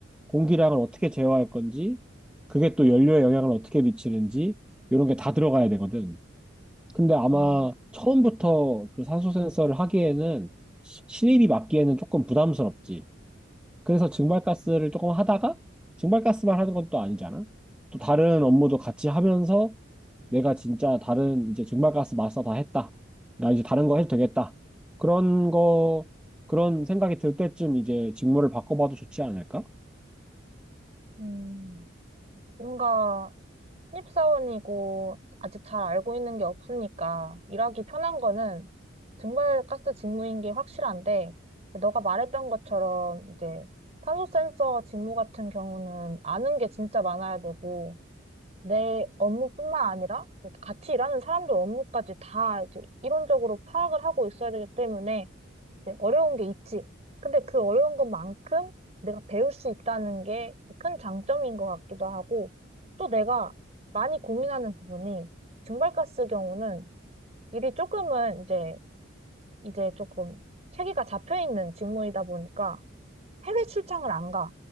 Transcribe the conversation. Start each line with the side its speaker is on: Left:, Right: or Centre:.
Centre: 공기량을 어떻게 제어할 건지, 그게 또 연료에 영향을 어떻게 미치는지, 이런 게 다 들어가야 되거든. 근데 아마
Right: 음,
Centre: 처음부터 그 산소 센서를 하기에는 신입이 맡기에는 조금 부담스럽지. 그래서 증발가스를 조금 하다가 증발가스만 하는 건 또 아니잖아. 또 다른 업무도 같이 하면서 내가 진짜 다른 이제 증발가스 마스터 다 했다. 나 이제 다른 거 해도 되겠다. 그런 거, 그런 생각이 들 때쯤 이제 직무를 바꿔봐도 좋지 않을까?
Right: 음, 뭔가 신입사원이고 아직 잘 알고 있는 게 없으니까 일하기 편한 거는 증발가스 직무인 게 확실한데 너가 말했던 것처럼 이제 탄소 센서 직무 같은 경우는 아는 게 진짜 많아야 되고 내 업무뿐만 아니라 같이 일하는 사람들 업무까지 다 이제 이론적으로 파악을 하고 있어야 되기 때문에 이제 어려운 게 있지. 근데 그 어려운 것만큼 내가 배울 수 있다는 게 큰 장점인 것 같기도 하고 또 내가 많이 고민하는 부분이 증발가스 경우는 일이 조금은 이제 이제 조금 체계가 잡혀 있는 직무이다 보니까 해외 출장을 안 가.